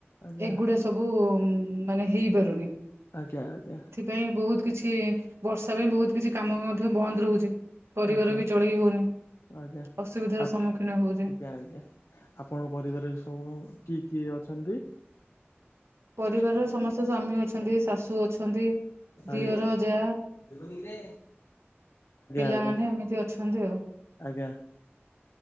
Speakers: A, on the left; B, on the right.
A: ଆଜ୍ଞା
B: ଏଗୁଡା ସ ସବୁ ମାନେ ହେଇପାରୁନି।
A: ଆଜ୍ଞା, ଆଜ୍ଞା।
B: ପାଇଁ ବୋହୁତ କିଛି ବର୍ଷା ପାଇଁ ବୋହୁତ କିଛି କାମ ମଧ୍ୟ ବନ୍ଦ ରୋହୁଚି। ପରିବାର
A: ଆଜ୍ଞା
B: ବି ଚଳେଇ ହୋଉନି।
A: ଆଜ୍ଞା
B: ଅସୁବିଧାର
A: ଆ
B: ସମ୍ମୁଖୀନ ହୋଉଚେ।
A: ଆଜ୍ଞା, ଆଜ୍ଞା। ଆପଣଙ୍କ ପରିବାରରେ ସବୁ କିଏ କିଏ ଅଛନ୍ତି?
B: ପରିବାର ରେ ସମସ୍ତେ ସ୍ଵାମୀ ଅଛନ୍ତି, ଶାଶୁ ଅଛନ୍ତି।
A: ଆଇ-
B: ଦିଅର, ଯା,
A: ଆଜ୍ଞା
B: ପିଲାମାନେ
A: ଆଜ୍ଞା
B: ଏମିତି ଅଛନ୍ତି ଆଉ।
A: ଆଜ୍ଞା।